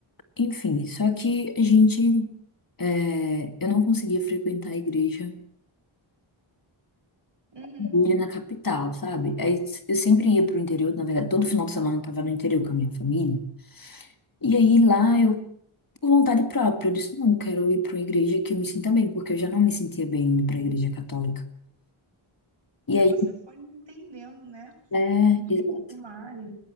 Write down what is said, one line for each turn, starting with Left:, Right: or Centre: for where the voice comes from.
Left: Enfim, só que a gente. é, eu não conseguia frequentar a igreja
Right: Uhum.
Left: dele na capital, sabe? Aí eu sempre ia pro interior, na verdade, todo final de semana eu tava no interior com a minha família. E aí lá eu, por vontade própria, eu disse: não, eu quero ir pra uma igreja que eu me sinta bem, porque eu já não me sentia bem indo pra igreja católica. E
Right: Que
Left: aí,
Right: você foi entendendo, né?
Left: é,
Right: Um
Left: exato,
Right: pouco mais